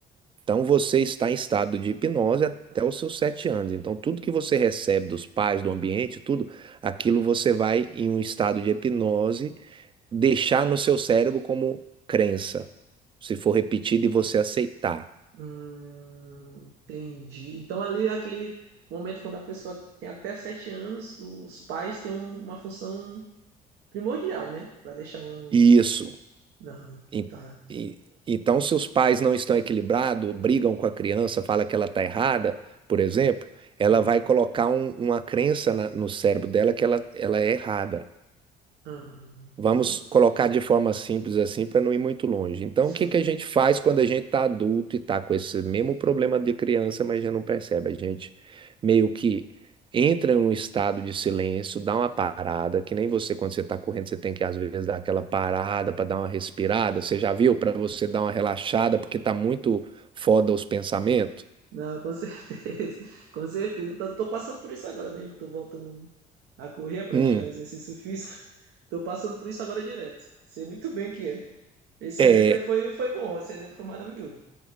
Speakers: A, on the right; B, on the right.
A: Então, você está em estado de hipnose até os seus sete anos. Então, tudo que você recebe dos pais, do ambiente, tudo, aquilo você vai, em um estado de hipnose, deixar no seu cérebro como crença. Se for repetido e você aceitar.
B: Hum, entendi. Então, ali é aquele momento quando a pessoa tem até sete anos, os pais têm um- uma função primordial, né? Para deixar um.
A: Isso.
B: Não,
A: E-
B: tá.
A: e- então, se os pais não estão equilibrados, brigam com a criança, fala que ela está errada, por exemplo, ela
B: Sim.
A: vai colocar um- uma crença na- no cérebro dela que ela, ela é errada.
B: Hum,
A: Vamos colocar de forma simples assim para não ir muito longe. Então,
B: sim.
A: o que que a gente faz quando a gente está adulto e está com esse mesmo problema de criança, mas já não percebe? A gente meio que entra em um estado de silêncio, dá uma parada, que nem você, quando você está correndo, você tem que às vezes dar aquela parada para dar uma respirada. Você já viu? Para você dar uma relaxada, porque está muito foda os pensamentos.
B: Não, com certeza. <laughs> Com certeza. Eu tô, tô passando por isso agora, né? Eu tô voltando a correr, a praticar
A: Hum.
B: exercício físico. <laughs> Tô passando por isso agora direto. Sei muito bem que é. Esse
A: é,
B: exemplo aí foi, foi bom, esse exemplo foi maravilhoso.